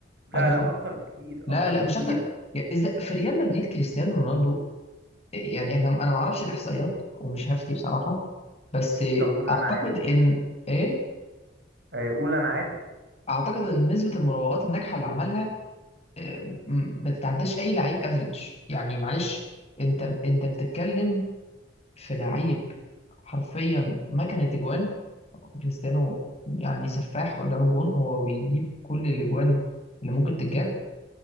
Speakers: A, on the right; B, on the left.
A: لا
B: عادي
A: لا
B: خالص
A: أكتر بكتير
B: لا
A: أكتر
B: لا
A: بكتير
B: مش اكتر يعني اذا في ريال مدريد كريستيانو رونالدو آه، يعني احنا انا ما اعرفش الاحصائيات ومش هفتي بصراحه بس
A: طب قول
B: اعتقد
A: أنا عارف
B: ان
A: بقى
B: ايه
A: آه، قول أنا عارف
B: اعتقد ان نسبه المراوغات الناجحه اللي عملها آه، م- ما تتعداش اي لعيب افريج يعني معلش انت انت بتتكلم في لعيب حرفيا مكنه اجوان كريستيانو يعني سفاح قدام الجون هو بيجيب كل الاجوان اللي ممكن تتجاب